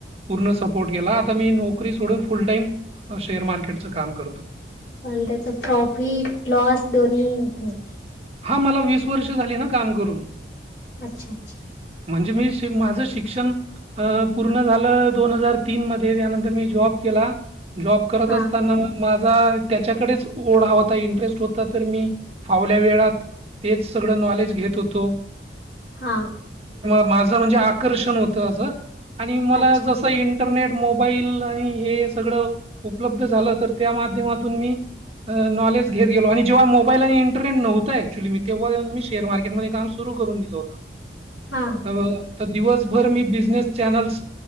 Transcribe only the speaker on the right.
पूर्ण सपोर्ट केला आता मी नोकरी सोडून फुल टाईम शेअर मार्केटचं काम करतो.
हा मला वीस वर्ष झाले न काम करून.
म्हणजे मी श माझं शिक्षण अ पूर्ण झालं दोन हजार तीन मध्ये त्यानंतर मी जॉब केला जॉब करत
असताना मग माझा त्याच्याकडेच ओढा होता इंटरेस्ट होता तर मी फावल्या वेळात तेच सग नलेज घेत होत
माझ म्हणजे आकर्षण होत अस मला
ज टरनेट मोबाईल आणि हे सगळं उपलब्ध झालं तर त्या माध्यमातून मी अ नॉलेज घेत गेलो आणि जेव्हा मोबाईल आणि इंटरनेट नव्हतय क्चुली मी तेव्हा अ मी शेअर मार्केटमध्ये काम सुरु करून दिलं होत.
त अ दिवसभर मी बिझनेस चॅनल्स